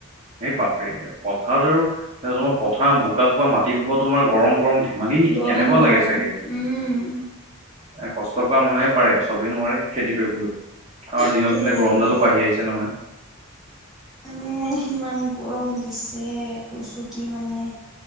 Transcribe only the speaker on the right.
সেই বাপৰে পথাৰত আৰু তোমাৰ পথাৰ বোকা খুবা মাটি খোবা তোমাৰ গৰম গৰম উঠে। মালি নেকি
কেনেকুৱা
লাগে চাগে।
এ কষ্ট কৰা মানুহে পাৰে। চবেই নোৱাৰে খেতি কৰিবলৈ। আৰু
দিনক দিনে গৰম ডালো বাঢ়ি আহিছে নহয়।